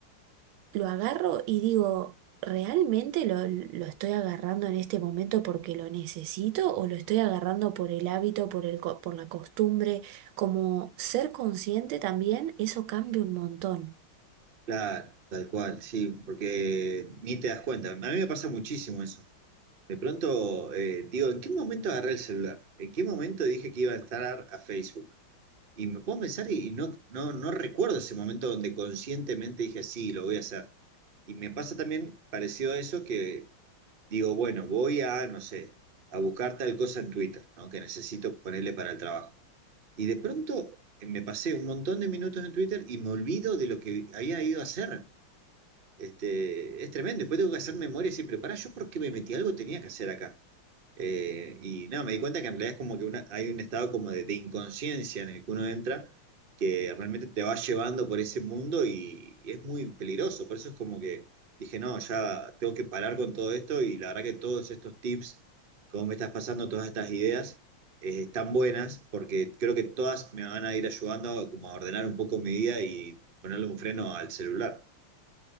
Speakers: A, on the right (about 80°); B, on the right (about 40°).
A: lo agarro y digo, ¿realmente lo, lo estoy agarrando en este momento porque lo necesito o lo estoy agarrando por el hábito, por el, co- por la costumbre? Como ser consciente también, eso cambia un montón.
B: claro, tal cual, sí, porque ni te das cuenta. A mí me pasa muchísimo eso. De pronto, eh, digo, ¿en qué momento agarré el celular? ¿En qué momento dije que iba a entrar a Facebook? Y me pongo a pensar y no, no, no recuerdo ese momento donde conscientemente dije, sí, lo voy a hacer. Y me pasa también parecido a eso que digo, bueno, voy a, no sé, a buscar tal cosa en Twitter, ¿no? Que necesito ponerle para el trabajo. Y de pronto eh, me pasé un montón de minutos en Twitter y me olvido de lo que había ido a hacer. Este, es tremendo. Después tengo que hacer memoria y decir, pero pará, ¿yo por qué me metí? Algo tenía que hacer acá. Eh, y no, me di cuenta que en realidad es como que una- hay un estado como de, de inconsciencia en el que uno entra, que realmente te va llevando por ese mundo y, y es muy peligroso. Por eso es como que dije, no, ya tengo que parar con todo esto y la verdad que todos estos tips, como me estás pasando, todas estas ideas, eh, están buenas porque creo que todas me van a ir ayudando como a ordenar un poco mi vida y ponerle un freno al celular.